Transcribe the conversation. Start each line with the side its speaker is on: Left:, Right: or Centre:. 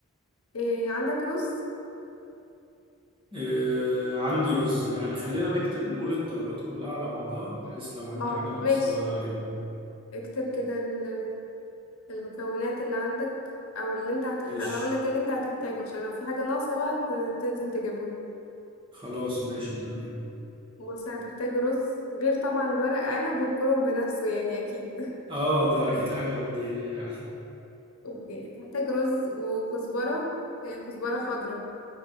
Left: إيه عندك رز
Right: آه عندي رز يعني خلينا نكتب نقول الطلبات كلها على بعضها بحيث لو عندي
Left: اه
Right: حاجه ناقصه
Left: ماشي
Right: اجيبها يعني.
Left: اكتب كده ال- المكونات اللي عندك او اللي انت هتحتاج
Right: ماشي
Left: انا اقول لك اللي انت هتحتاجه عشان لو في حاجة ناقصة بقى ت- تنزل تجيبها
Right: خلاص ماشي تمام
Left: بص هتحتاج رز غير طبعا الورق عنب والكرنب بنفسه يعني اكيد
Right: اه ده اكيد حاجة بديهية يعني <laughs>
Left: <laughs> اوكي هتحتاج رز وكزبرة آه، كزبرة خضراء